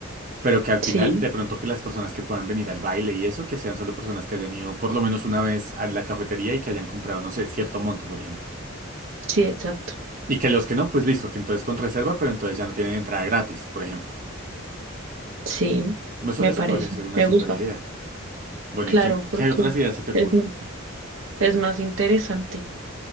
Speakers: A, on the right; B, on the right.
A: pero que al final
B: Sí,
A: de pronto que las personas que puedan venir al baile y eso, que sean solo personas que hayan ido por lo menos una vez a la cafetería y que hayan comprado, no sé, cierto monto, por ejemplo.
B: sí, exacto.
A: Y que los que no, pues listo, que entonces con reserva, pero entonces ya no tienen entrada gratis, por ejemplo.
B: Sí,
A: Eso,
B: me
A: eso
B: parece,
A: podría ser una
B: me
A: super
B: gusta.
A: idea. Bueno,
B: Claro,
A: ¿y qué,
B: porque
A: qué otras ideas se te
B: es,
A: ocurren?
B: es más interesante.